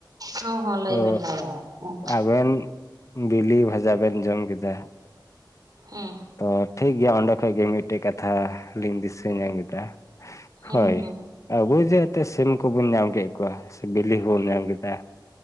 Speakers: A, on the right (about 50°); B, on the left (about 40°).
A: ᱦᱚᱸ ᱦᱚᱸ ᱞᱟᱹᱭ
B: ᱛᱚ
A: ᱵᱮᱱ ᱞᱟᱹᱭ ᱵᱮᱱ
B: ᱟᱵᱮᱱ ᱵᱤᱞᱤ ᱵᱷᱟᱡᱟ ᱵᱮᱱ ᱡᱚᱢ ᱠᱮᱫᱟ
A: ᱦᱩᱸ
B: ᱛᱚ ᱴᱷᱤᱠ ᱜᱮᱭᱟ ᱚᱸᱰᱮ ᱠᱷᱚᱡ ᱜᱤ ᱢᱤᱫᱴᱮᱜ ᱠᱟᱛᱷᱟ ᱞᱤᱧ ᱫᱤᱥᱟᱹ ᱧᱟᱢ ᱠᱮᱫᱟ
A: ᱦᱮᱸ
B: ᱦᱚᱭ
A: ᱦᱮᱸ
B: ᱟᱵᱚ ᱡᱮᱦᱩᱛᱮ ᱥᱤᱢ ᱠᱚᱵᱚᱱ ᱧᱟᱢ ᱠᱮᱫ ᱠᱚᱣᱟ ᱥᱮ ᱵᱤᱞᱤ ᱦᱚᱸᱵᱚᱱ ᱧᱟᱢ ᱠᱮᱫᱟ